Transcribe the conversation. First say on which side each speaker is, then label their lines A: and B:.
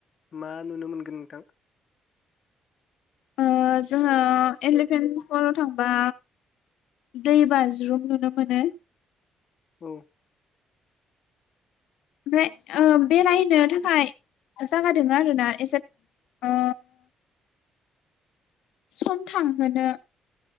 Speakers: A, on the left; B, on the left.
A: मा नुनो मोनगोन नोंथां?
B: ओ जोङो एलिफेन्ट फलाव थांबा दै बाज्रुम नुनो मोनो।
A: औ
B: ओमफ्राय ओ बेरायनो थाखाय जागा दङ आरोना एसे ओ सम थां मोनो